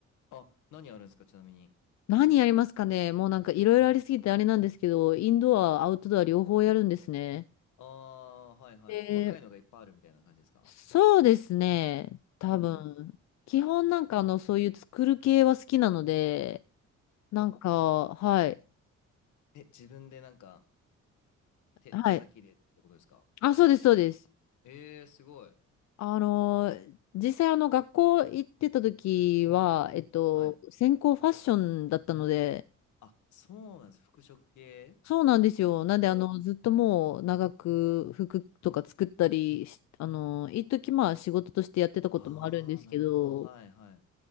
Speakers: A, on the left; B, on the left.
A: あ。あ、何あるんですか、ちなみに。
B: 何やりますかね。もうなんかいろいろありすぎてあれなんですけど、インドア、アウトドア両方やるんですね。
A: ああ、はいはい。
B: で、
A: 細かいのがいっぱいあるみたいな感じですか
B: そうですね。多分。
A: うんうん。
B: 基本なんかあの、そういう作る系は好きなので、なんか、
A: あ、
B: はい。
A: え、自分でなんか、手、
B: はい。
A: 手先でってことですか
B: あ、そうです、そうです。
A: ええすごい。
B: あのー、実際あの、学校行ってた時は、えっと、
A: はい。
B: 専攻ファッションだったので、
A: あ、そうなんです。服飾系
B: そうなんですよ。なんで、
A: の。
B: あの、ずっともう長く服とか作ったりし、あのー、一時まあ仕事としてやってたこともあるんですけど、
A: ああ、なるほど。はいはい。